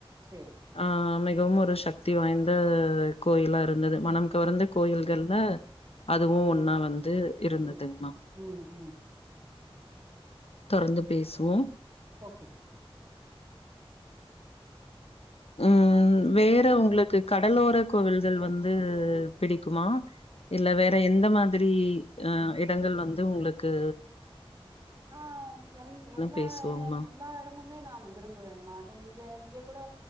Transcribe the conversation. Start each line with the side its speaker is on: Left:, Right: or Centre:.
Right: சேரி
Left: ஆ மிகவும் ஒரு சக்தி வாய்ந்த கோயிலா இருந்தது மனம் கவர்ந்த கோயில்கள்ல அதுவு
Right: அதுவும்
Left: ஒன்னா வந்து
Right: ஓகே
Left: இருந்ததுங்மா
Right: ஓகே ம் ம்
Left: தொறந்து பேசுவோ
Right: ஓகே ம
Left: ம் வேற உங்ளுக்கு கடலோரக் கோவில்கள் வந்து பிடிக்குமா இல்ல வேற எந்த மாதிரி அ இடங்கள் வந்து உங்ளுக்கு
Right: ஆ எங் எல்லா
Left: பேசுவோங்கம்மா.
Right: எ எல்லா எடமுமே நானு விரும் புவேமா அத இங்க இங்கியேக் கூட